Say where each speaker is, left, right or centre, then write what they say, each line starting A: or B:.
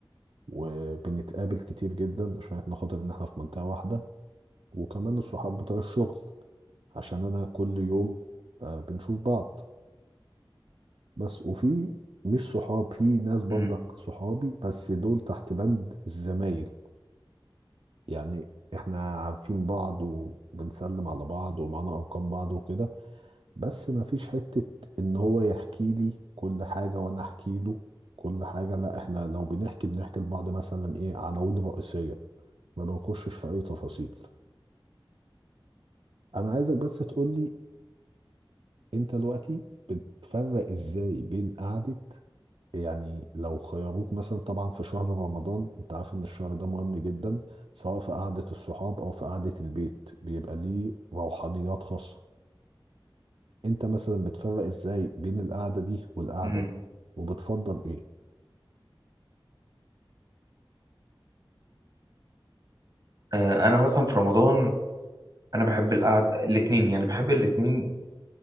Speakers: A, on the right (about 75°); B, on the right (about 45°).
A: وبنتقابل كتير جدا عشان إحنا خاطر إن إحنا في منطقة واحدة وكمان الصحاب بتوع الشغل عشان انا كل يوم آه، بنشوف بعض بس وفي مش صحاب في ناس برضك
B: امم
A: صحابي بس دول تحت بند الزمايل يعني احنا عارفين بعض وبنسلم على بعض ومعانا ارقام بعض وكده بس ما فيش حتة ان هو يحكي لي كل حاجة وانا احكي له كل حاجة لا احنا لو بنحكي بنحكي لبعض مثلا ايه عناوين رئيسية ما بنخشش في اي تفاصيل انا عايزك بس تقولي انت دلوقتي بتفرق ازاي بين قعدة يعني لو خيروك مثلا طبعا في شهر رمضان انت عارف ان الشهر ده مهم جدا سواء في قعدة الصحاب او في قعدة البيت بيبقى ليه روحانيات خاصة انت مثلا بتفرق ازاي بين القعدة دي والقعدة
B: امم
A: دي وبتفضل ايه
B: آه، انا مثلا في رمضان انا بحب القعده الاثنين يعني بحب الاثنين